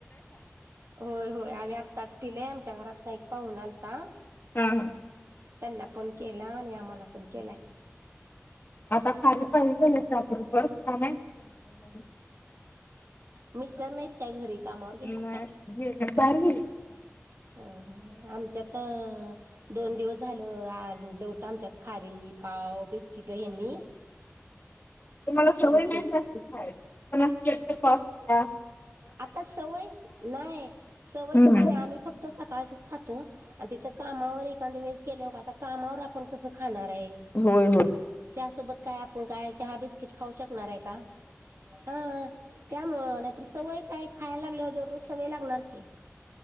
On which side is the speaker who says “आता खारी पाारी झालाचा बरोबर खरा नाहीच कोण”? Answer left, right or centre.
Left